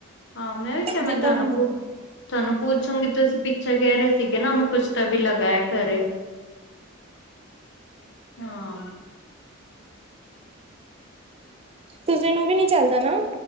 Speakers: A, on the left (about 60°); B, on the right (about 30°).
A: ਹਾਂ ਮੈਂ ਵੀ ਕਿਹਾ ਮੈਂ
B: ਜਿੱਦਾਂ
A: ਤੁਹਾਨੂੰ
B: ਹੁਣ
A: ਤੁਹਾਨੂੰ ਪੁੱਛੋਗੀ ਤੁਸੀਂ ਪਿੱਛੇ ਕਹਿ ਰਹੇ ਸੀਗੇ ਨਾ ਮੈਂ ਕੁਛ ਤਾਂ ਵੀ ਲਗਾਇਆ ਘਰੇ ਹਾਂ।
B: ਤੁਸੀੇ ਨੂੰ ਵੀ ਨੀ ਚੱਲਦਾ ਨਾ।